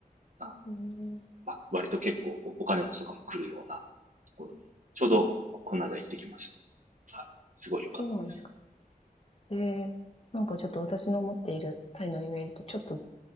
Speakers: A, on the right; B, on the left.
A: あの、
B: へー
A: まあ、割と結構お金持ちとかも来るようなところに、ちょうどこの間行ってきまして、
B: あ、
A: はい、すごい良かったです。
B: そうなんですか。へえー、なんかちょっと私の持っているタイのイメージとちょっと